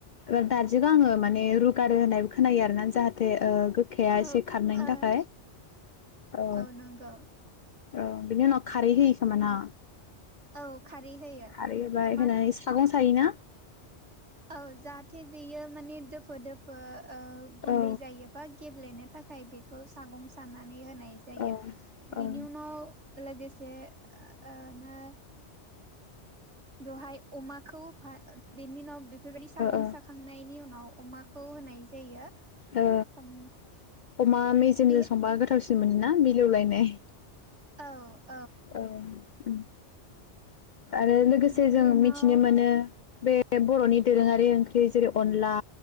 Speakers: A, on the left; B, on the right.
A: ओ नारजिखौ आङो माने रुगारो होननायबो खोनायो आरो ना जाहाथे ओ गोख खाया
B: औ
A: एसे खारनायनि
B: ओ
A: थाखाय। औ।
B: औ नंगौ
A: औ बिनि उनाव खारै होयो
B: नार
A: खोमोना?
B: औ। खारै होयो
A: खारै होबाय
B: मान
A: होनानै सागंसा सायो ना?
B: औ जाहाथे बेयो माने दोफो दोफो ओ गुन्दै
A: औ
B: जायोबा गेब्लेनो थाखाय बेखौ सागं साना नै होनाय जायो
A: औ ओ
B: बिनि उनाव लोगोसे ओनो बेवहाय अमा खौ होफा बेनि उनाव बेफोरबायादि सागं
A: ओ
B: साखांनायनि उनाव अमाखौ होनाय जायो।
A: ओ
B: ओम
A: अमा मेजेमजों
B: बे
A: संबा गोथावसिन मोन ना मिलौलायनाय।
B: औ।
A: औ। उम। आरो लोगोसे
B: बिनि
A: जों
B: उनाव
A: मिथिनो मोनो बे बे बरनि दोरोङारि ओंख्रि जेरै अनला‌